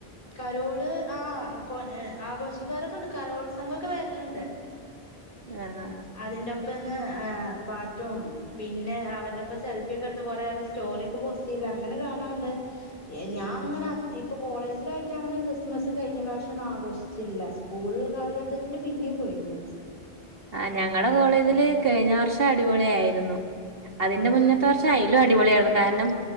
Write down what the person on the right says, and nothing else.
ആഹാ ആഹാ
ഉം
ആഹ ഞങ്ങളടെ കോളേജില് കഴിഞ്ഞ വർഷം അടിപൊളി ആയിരുന്നു അതിന്റെ മുന്ന അ വർഷ അയലും അടിപൊളിയാണ് കാരണം